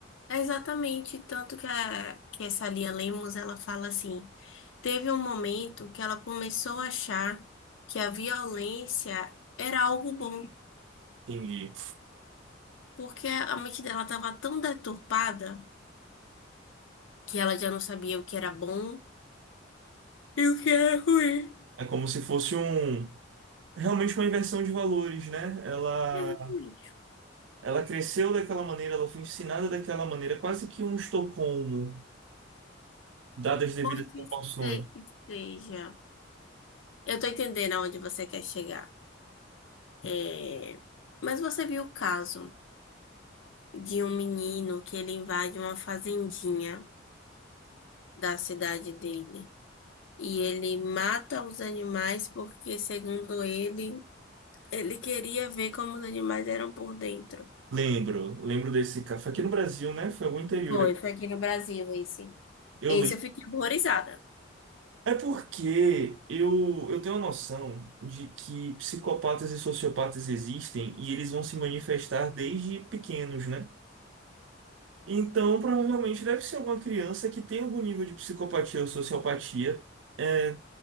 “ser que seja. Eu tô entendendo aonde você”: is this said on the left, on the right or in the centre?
Left